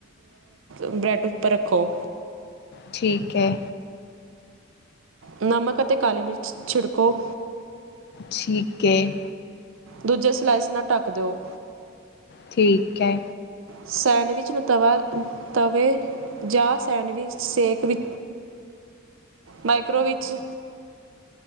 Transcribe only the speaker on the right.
ਬ੍ਰੈੱਡ ਉੱਪਰ ਰੱਖੋ।
ਨਮਕ ਅਤੇ ਕਾਲੀ ਮਿਰਚ ਛਿੜਕੋ।
ਦੂਜੇ ਸਲਾਈਸ ਨਾਲ ਢੱਕ ਦੋ।
ਸੈਂਡਵਿਚ ਨੂੰ ਤਵਾ ਤਵੇ। ਜਾਂ ਸੈਂਡਵਿਚ ਸੇਕ ਵੀ ਮਾਈਕ੍ਰੋ ਵਿੱਚ।